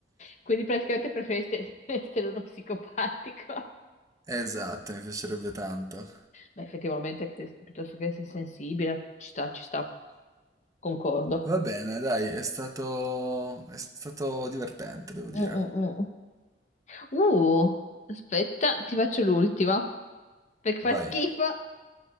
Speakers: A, on the left; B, on the right.
A: Quindi praticamente preferisci essere uno psicopatico.
B: Esatto, mi piacerebbe tanto.
A: Ma effettivamente, che- piuttosto che essere sensibile, ci sta, ci sta. Concordo.
B: Va bene, dai, è stato... è stato divertente, devo dire.
A: Mm, mm, mm. Uh, aspetta, ti faccio l'ultima. Perché fa
B: Vai.
A: schifo.